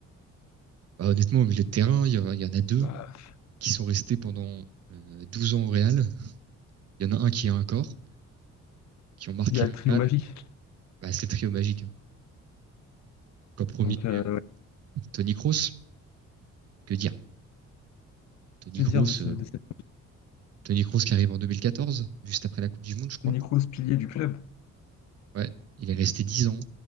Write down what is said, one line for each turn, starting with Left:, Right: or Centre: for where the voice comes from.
Right: bah, honnêtement, au milieu de terrain, il y, a il y en a deux.
Left: bah,
Right: qui sont restés pendant euh, 12 ans au Real. Il y en a un qui a un corps, qui ont marqué
Left: il y a
Right: le
Left: le trio
Right: Real.
Left: magique.
Right: Bah, c'est le trio magique. hein. Qu'en premier,
Left: Donc, euh,
Right: euh,
Left: ouais,
Right: Toni Kroos, que dire Toni
Left: que
Right: Kroos,
Left: de, ce,
Right: euh,
Left: de cet
Right: Tony Kroos qui arrive en 2014, juste après la Coupe du Monde, je crois.
Left: Tony Kroos, pilier du club.
Right: Ouais, il est resté 10 ans.